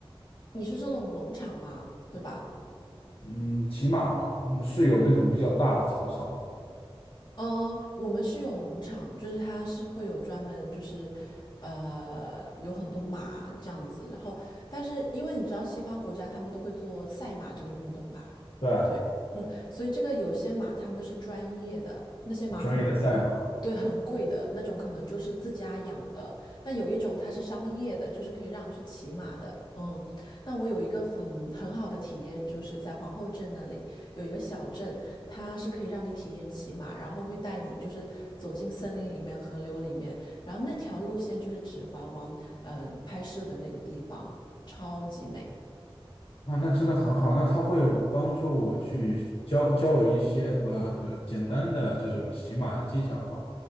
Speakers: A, on the left; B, on the left.
A: 你是说那种农场吗？对吧？
B: 嗯骑马嘛，嗯是有那种比较大的草场嘛？
A: 嗯，我们是有农场，就是它是会有专门就是，呃，有很多马这样子。然后，但是因为你知道西方国家他们都会做赛马这个运动吧？
B: 对啊，
A: 对，嗯，所以这个有些马他们是专业的，那些马很，
B: 专业的赛马。
A: 对，很贵的那种，可能就是自家养的。但有一种它是商业的，就是可以让你去骑马的。嗯，那我有一个很很好的体验，就是在皇后镇那里有一个小镇。它是可以让你体验骑马，然后会带你就是走进森林里面、河流里面，然后那条路线就是《指环王》呃拍摄的那个地方，超级美。
B: 哇，那真的很好。那他会帮助我去教教我一些不不简单的这种骑马的技巧吗？